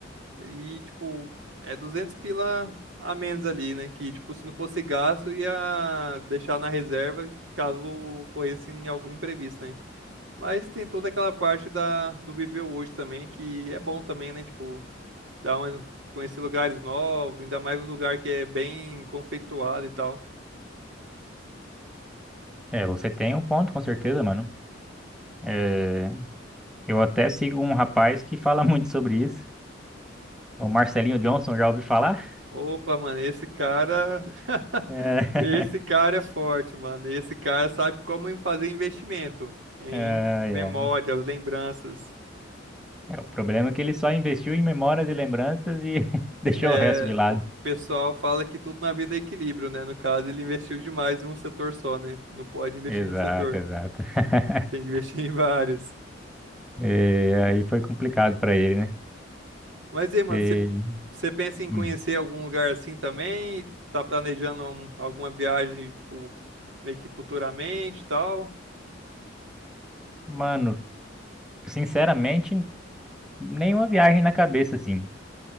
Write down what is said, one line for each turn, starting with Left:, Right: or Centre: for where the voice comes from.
Right: E, tipo, é 200 pila a menos ali, né? Que, tipo, se não fosse gasto, ia deixar na reserva caso ocorresse em algum imprevisto, né? Mas tem toda aquela parte da, do viver hoje também, que é bom também, né? Tipo, Dá uma, conhecer lugares novos, ainda mais um lugar que é bem conceituado e tal.
Centre: É, você tem um ponto, com certeza, mano. É, eu até sigo um rapaz que fala <laughs> muito sobre isso. O Marcelinho Johnson, já ouvi falar?
Right: Opa, mano, esse cara. <laughs>
Centre: É,
Right: Esse cara é forte, mano. Esse cara sabe como em fazer investimento em
Centre: <laughs> é,
Right: memórias,
Centre: é.
Right: lembranças.
Centre: É, o problema é que ele só investiu em memórias e lembranças e <laughs> deixou
Right: É,
Centre: o resto de lado.
Right: o pessoal fala que tudo na vida é equilíbrio, né? No caso, ele investiu demais em um setor só, né? Não pode investir
Centre: Exato,
Right: em um setor,
Centre: exato. <laughs>
Right: tem que investir em vários.
Centre: É, aí foi complicado pra ele, né?
Right: Mas e aí, mano,
Centre: É,
Right: você você pensa em
Centre: hum.
Right: conhecer algum lugar assim também? Tá planejando um- alguma viagem, tipo, meio que futuramente e tal?
Centre: Mano, sinceramente, nenhuma viagem na cabeça, assim.